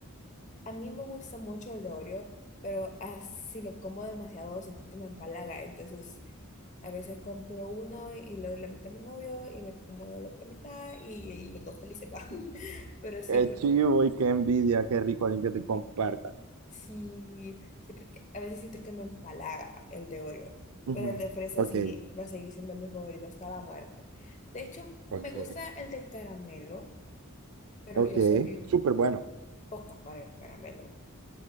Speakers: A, on the left; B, on the right.
A: A mí me gusta mucho el de Oreo, pero así si lo como demasiado siento que me empalaga, entonces... A veces compro uno y le doy la mitad a mi novio y me como yo la otra mitad y, y los dos felices van. <laughs> Pero sí,
B: Qué
A: por-
B: chivo y qué envidia, qué rico alguien que te comparta.
A: sí, sí, porque a veces siento que me empalaga el de Oreo.
B: Ujú.
A: Pero el de fresa
B: Ok,
A: sí va a seguir siendo mi favorito hasta la muerte. De hecho,
B: ok,
A: me gusta el de caramelo, pero
B: ok.
A: yo soy
B: Súper bueno,
A: poca para el caramelo.